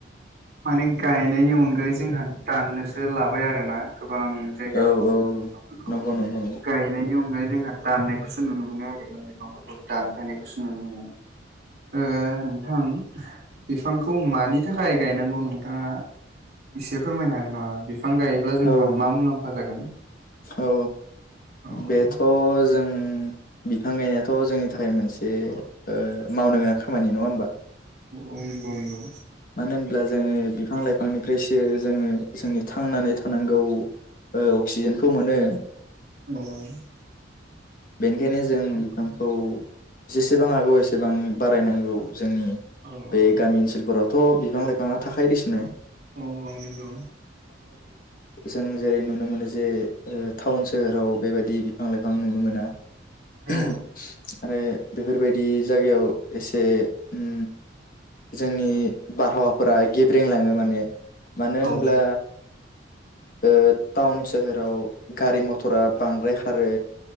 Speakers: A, on the right (about 55°); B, on the left (about 50°).
A: माने गायनायनि अनगायै जोंहा दाननोसो लाबाय आरोना गोबां जायगायावनो
B: औ
A: जोंना
B: औ
A: बिफांफोरखौ
B: नंगौ नंगौ नंगौ
A: गायनाय बेनि अनगायै जोंहा दाननायखौसो नुनो मोनो आरोना बिफांफोरखौ दानफायनायखौसो नुनो मोनो। ओ नोंथां बिफांखौ मानि थाखाय गायनांगौ नोंथाङा एसे फोरमायनो हागोन नामा बिफां गायोब्ला जोंहा
B: औ
A: मा मुलाम्फा जागोन?
B: औ
A: औ
B: बेथ'
A: औ
B: जों बिफां गायनायाथ' जोंनि थाखाय मोनसे ओ मावनो गोनां खामानि नङा होमबा?
A: औ नंगौ नंगौ
B: मानो होनब्ला जोङो बिफां लाइफां बिफांनिफ्रायसो जोङो जोंनि थांनानै थानांगौ अक्सिजेनखौ मोनो।
A: <unintelligible>
B: बेनिखायनो जों
A: नंगौ
B: बिफांखौ जेसेबां हागौ एसेबां बारायनांगौ। जोंनि
A: औ औ
B: बे गामि ओनसोलफोरावथ' बिफां लाइफाङा थाखदिसिनै
A: औ-औ नंगौ।
B: जों जेरै नुनो मोनो जे टाउन सोहोराव बेबायदि बिफां लाइफां नुनो मोना।
A: औ
B: आरो बेफोरबायदि जायगायाव एसे उम जोंनि बारहावाफोरा गेब्रेंलाङो माने मानो होनब्ला
A: औ
B: ओ टाउन सोहोराव गारि मथर टरा बांद्राय खारो